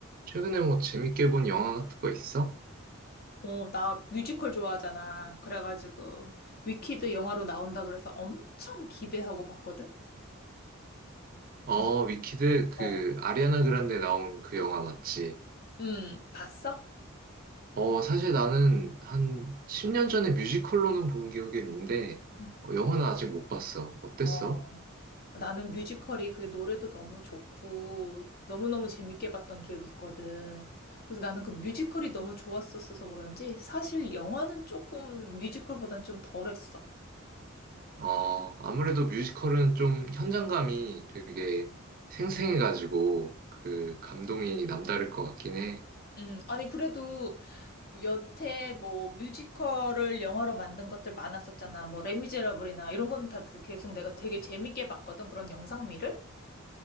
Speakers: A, on the right (about 40°); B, on the left (about 45°).
A: 최근에 뭐 재밌게 본 영화 같은 거 있어?
B: 어, 나 뮤지컬 좋아하잖아. 그래가지고, 위키드 영화로 나온다 그래서 엄청 기대하고 봤거든?
A: 어,
B: 근데,
A: 위키드 그
B: 어,
A: 아리아나 그란데 나온 그 영화 맞지?
B: 음, 봤어?
A: 어, 사실 나는 한 10년 전에 뮤지컬로는 본 기억이 있는데
B: 음.
A: 어, 영화는 아직 못 봤어. 어땠어?
B: 어, 나는 뮤지컬이 그 노래도 너무 좋고, 너무너무 재밌게 봤던 기억이 있거든. 그래서 나는 그 뮤지컬이 너무 좋았었어서 그런지, 사실 영화는 조금 뮤지컬보단 좀 덜했어.
A: 어, 아무래도 뮤지컬은 좀 현장감이 되게 생생해가지고 그 감동이 남다를 것 같긴 해.
B: 음, 아니, 그래도 여태 뭐 뮤지컬을 영화로 만든 것들 많았었잖아. 뭐 레미제라블이나 이런 건 다 계속 내가 되게 재밌게 봤거든. 그런 영상미를.